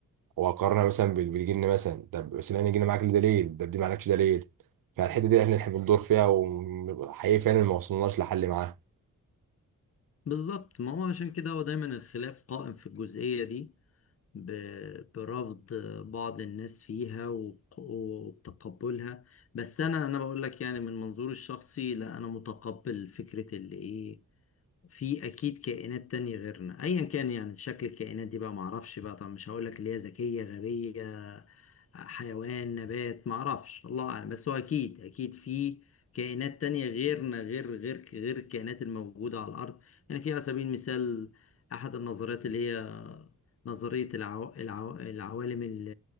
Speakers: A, on the right (about 70°); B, on the left (about 45°).
A: وقارنها مثلا بال- بالجن مثلا طب بس لان الجن معاك ليه دليل طب دي معكش دليل فالحتة دي احنا احنا بندور فيها وحقيقي فعلا ما وصلناش لحل معاها
B: بالظبط ما هو عشان كده هو دايما الخلاف قائم في الجزئية دي ب- برفض بعض الناس فيها وق- وتقبلها بس انا انا بقول لك يعني من منظوري الشخصي لا انا متقبل فكرة اللي ايه في اكيد كائنات تانية غيرنا ايا كان يعني شكل الكائنات دي بقى معرفش بقى طب مش هقول لك اللي هي ذكية غبية حيوان نبات معرفش الله اعلم بس هو اكيد اكيد في كائنات تانية غيرنا غير غير غير الكائنات الموجودة على الارض يعني في على سبيل المثال احد النظريات اللي هي نظرية العو... العو... العوالم ال-